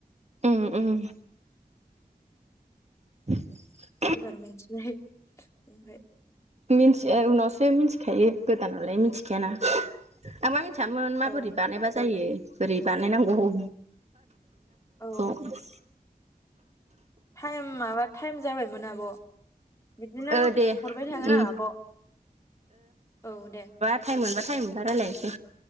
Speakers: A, on the right; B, on the left.
A: उम उम <unintelligible>
B: एबार मिथिनाय ओमफ्राय
A: मिन्थियो उनावसो मिथिखायो गोदानावलाय मिथिखायाना। आं मा मिथियामोन माबोरै
B: औ
A: बानायबा जायो बोरै बानायनांगौ।
B: औ
A: ' <unintelligible>
B: थाइम माबा थाइम जाबायमोन आब'। बिदिनो
A: ओ दे
B: हरबाय थागोन
A: उम
B: आं आब' औ दे।
A: थाइम मोनबा थाइम मोनबा रायलायनोसै